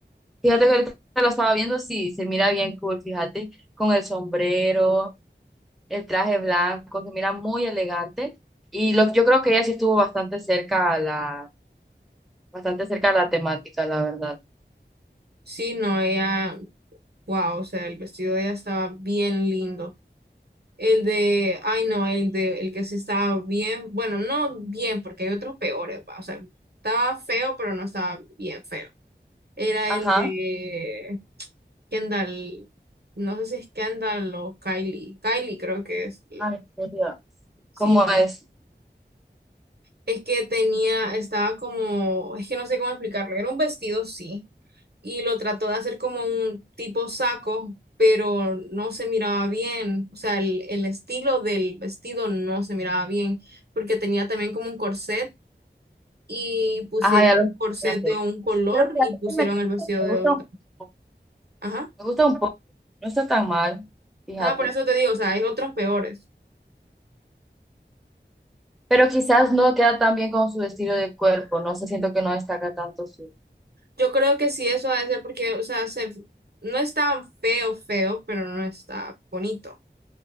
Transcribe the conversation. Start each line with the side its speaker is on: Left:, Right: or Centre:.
Centre: Fíjate que ahorita lo estaba viendo, sí, se mira bien cool, fíjate, con el sombrero, el traje blanco, se mira muy elegante y lo, yo creo que ella sí estuvo bastante cerca a la, bastante cerca a la temática, la verdad.
Right: Sí, no, ella, wow, o sea, el vestido de ella estaba bien lindo. El de, ay no, el de, el que sí estaba bien, bueno, no bien, porque hay otros peores, va, O sea, estaba feo, pero no estaba bien feo. Era
Centre: Ajá.
Right: el de Kendall, no sé si es Kendall o Kylie, Kylie creo que es,
Centre: Ah, en serio.
Right: sí,
Centre: ¿Cómo
Right: no.
Centre: es?
Right: Es que tenía, estaba como, es que no sé cómo explicarlo, era un vestido, sí y lo trató de hacer como un tipo saco, pero no se miraba bien, o sea, el, el estilo del vestido no se miraba bien, porque tenía también como un corset y pusieron
Centre: Ajá, ya lo
Right: corset
Centre: siento.
Right: de un color
Centre: Pero fíjate
Right: y pusieron
Centre: que me,
Right: el vestido
Centre: me
Right: de
Centre: gusta
Right: otro.
Centre: un poco,
Right: Ajá,
Centre: me gusta un poco, no está tan mal, fíjate.
Right: ajá, por eso te digo, o sea, hay otros peores.
Centre: Pero quizás no queda tan bien con su estilo de cuerpo, no sé, siento que no destaca tanto su...
Right: Yo creo que sí, eso ha de ser porque, o sea, se, no está feo, feo, pero no está bonito.